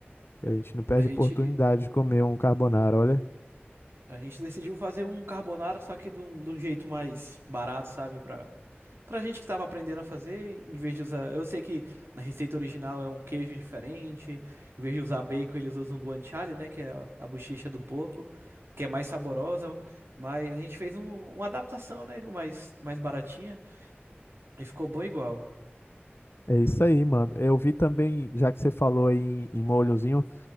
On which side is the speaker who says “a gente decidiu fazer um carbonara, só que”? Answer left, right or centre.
Right